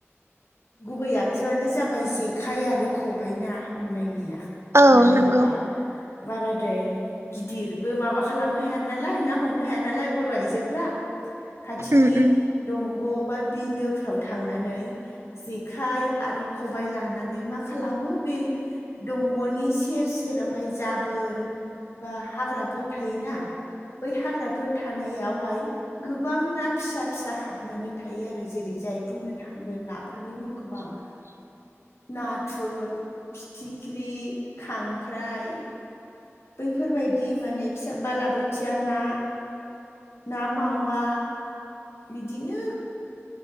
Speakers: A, on the left; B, on the right.
A: गुबै आगजुआनो जाबाय जेखाइ आरो खबाइ ना हमनायनिया।
B: औ
A: मानो
B: नंगौ
A: होमबा बाराद्राय गिदिरबो माबा खालामनो हाया नालाय ना हमनो हाया नालाय बर' आइजोफ्रा खाथिनि
B: उम उम
A: दंग' बा बिलोफ्राव थांनानै जेखाइ आरो खबाइ लानानै मा खालामो बे दंग'नि सेर सेरावहाय जाबोर बा हाग्राफोर थायोना बै हाग्राफोर थानायावहाय गोबां ना फिसा फिसा हाबनानै थायो आरो जेरै जाय बुंनो थांगोन नाफोरनि मुंखौ आं
B: <inaudible>
A: नाथुर फिथिख्रि खांख्राइ बैफोरबायदि माने फिसा बालाबोथिया ना ना मावा बिदिनो